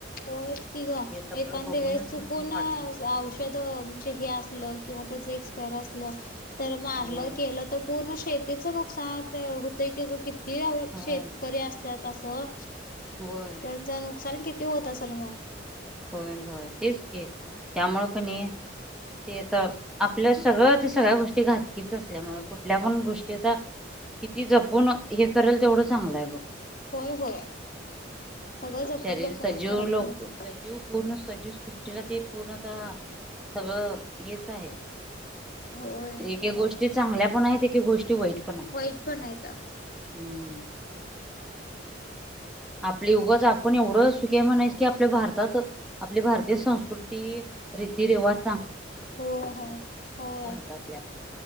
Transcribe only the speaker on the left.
होयच की ग.
एकांदे
वेळेस चुकून
औषध म्हणजे हे असलं किंवा पण त्याच एक्स पेर असलं तर मारलं
केलं, तर पूर्ण शेतीच नुकसान आपल्या हुतय की ग कित ते अ
शेतकरी असत्यात असं
त्यांचं नुकसान किती होत असलं मग?
होय होय. सगळं जपून
जपूनच
करायला
पाहिजे
होय.
वाईट पण हाईता
होय, होय, होय.